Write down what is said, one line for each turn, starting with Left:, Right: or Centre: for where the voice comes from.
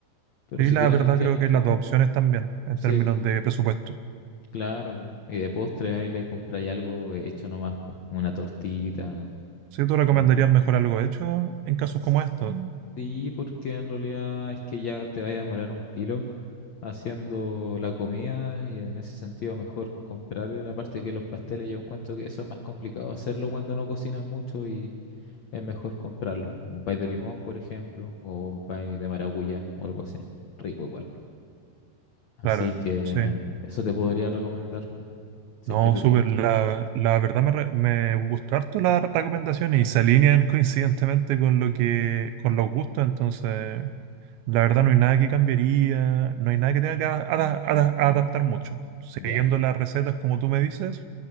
Left: Pero
Right: Y
Left: si
Right: la
Left: tienes
Right: verdad
Left: tiempo,
Right: creo que las dos opciones también, en
Left: sí,
Right: términos
Left: po,
Right: de presupuesto.
Left: claro. po. Y de postre ahí le compráis algo hecho nomás, po, una tortita
Right: Sí, tú recomendarías
Left: Mm.
Right: mejor algo hecho en casos
Left: Es-
Right: como estos. Mm.
Left: Sí, porque en realidad es que ya te vaya a demorar un kilo haciendo la comida y en ese sentido mejor comprar la parte que los pasteles. Yo encuentro que eso es más complicado hacerlo cuando no cocinas mucho y es mejor comprarlo. Un pay de limón, por ejemplo, o un pay de maracuyá o algo así. Rico igual. Así
Right: Claro,
Left: que
Right: sí.
Left: eso te podría recomendar po, si
Right: No,
Left: es que te
Right: súper.
Left: tinca.
Right: La, la verdad me, re- me gustó harto la recomendación y se alinean <laughs> coincidentemente con lo que, con los gustos, entonces la verdad no hay nada que cambiaría, no hay nada que tenga que ada- ada- adaptar mucho. Siguiendo
Left: Ya,
Right: las recetas como tú me dices,